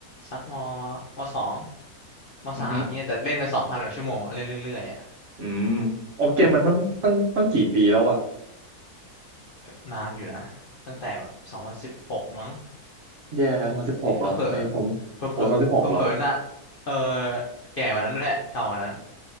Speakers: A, on the left; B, on the right.
A: สักมมสองมสามเนี่ยแต่เล่นไปสองพันกว่าชั่วโมงอะเล่นเรื่อยๆอ่ะ
B: อือฮึอืมโอเกมมันต้องต้องต้องกี่ปีแล้ววะ
A: ก็นานอยู่นะตั้งแต่แบบสองพันสิบหกมั้ง
B: แย่แล้วสองสิบหกเหรอไม่ผมโอ้สองสิบหกเหรอ
A: เฮ้ยเผลอเผลอเผลอเผลอๆเผลอๆน่ะเออแก่กว่านั้นแหละเก่ากว่านั้น